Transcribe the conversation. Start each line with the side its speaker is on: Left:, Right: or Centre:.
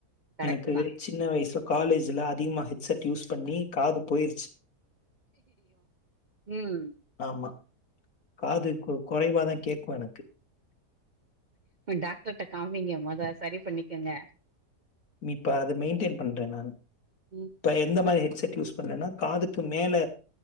Right: கரெக்ட்
Left: எனக்கு
Right: தா
Left: சின்ன வயசுல காலேஜ் ல அதிகமா ஹெட்செட் யூஸ் பண்ணி காது போய்ருச்சு
Right: உம்
Left: ஆமா. காது குறைவாதான் கேக்கும் எனக்கு
Right: டாக்டர்கிட்ட காமிங்க மொத சரி பண்ணிக்கங்க
Left: இப்ப அது மெயின்டெய்ன் பண்றேன் நானு
Right: ம்
Left: இப்ப எந்த மாரி ஹெட்செட் யூஸ் பண்றேன்னா காதுக்கு மேல